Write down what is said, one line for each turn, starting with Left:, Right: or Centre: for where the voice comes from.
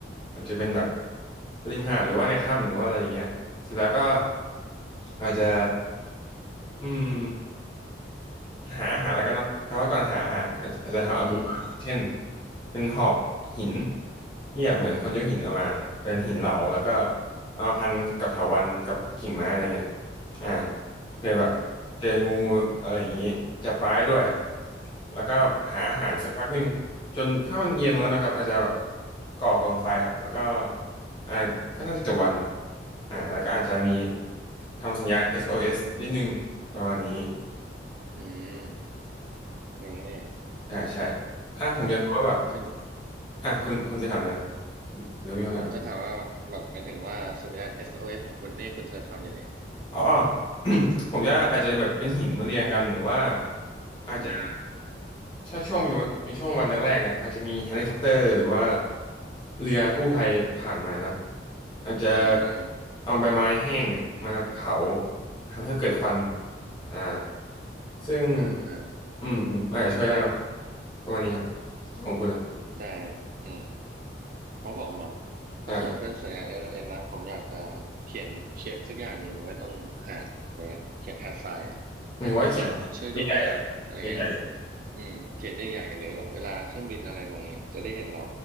Left: อาจจะเป็นแบบริมหาดหรือว่าในถ้ำหรือว่าอะไรอย่างเงี้ยเสร็จแล้วก็อาจจะอืม หาอาหารแล้วกันเนาะแต่ว่าก่อนหาอาหารอาจจะอาจจะทำอาวุธก่อนเช่น
Right: อืม
Left: เป็นหอกหินที่แบบเหมือนคนยกหินออกมาเป็นหินเหลาแล้วก็เอามาพันกับเถาวัลย์กับกิ่งไม้อะไรเงี้ยอ่าเคยแบบเจองูอะไรอย่างงี้จับปลาได้ด้วย
Right: อืม
Left: แล้วก็หาอาหารสักพักหนึ่งจนถ้ามันเย็นแล้วนะครับอาจจะแบบก่อกองไฟครับแล้วก็อ่าก็น่าจะจบวันอ่าแล้วก็อาจจะมีทำสัญญาณเอสโอเอสนิดนึงประมาณนี้
Right: อืมนี่เนี่ย
Left: อ่าใช่อ่ะผมอยากรู้ว่าแบบ
Right: อืมซึ่ง
Left: อ่ะคุณคุณจะทำนะหรือมีคำถามไหม
Right: ผมจะถามว่าแบบหมายถึงว่าสัญญาณ SOS ของคุณนี่คุณจะทำยังไง
Left: อ๋อ <coughs> ผมจะอาจจะแบบเป็นหินมาเรียงกันหรือว่าอาจจะ
Right: อืม
Left: ถ้าช่วงเป็นเป็นช่วงวันแรกๆนะอาจจะมีเฮลิคอปเตอร์หรือว่าเรือกู้ภัยผ่านมาเนาะอาจจะ
Right: อืม
Left: เอาใบไม้แห้งเนี่ยมาเผาทำให้เกิดควันอ่าซึ่ง
Right: อ่าอ่า
Left: อืมอืมอาจจะช่วยได้เนาะประมาณนี้ครับของคุณอ่ะ
Right: ได้อืม ของผมอ่ะถ้าสมมติเป็นสัญญาณ
Left: อ่าครับ
Right: LLN นนะผมอยากจะเขียนเขียนสักอย่างหนึ่งไว้ตรงหาดเลยนะเขียนหาดทรายอ่ะ
Left: หมายถึงว่าเข็มใหญ่ๆอ่ะใหญ่
Right: เขียนว่าแบบช่วยด้วยอะไรเงี้ยอืมเขียนใหญ่ๆเลยแบบเวลาเครื่องบินอะไรมาเนี่ยจะได้เห็นเรา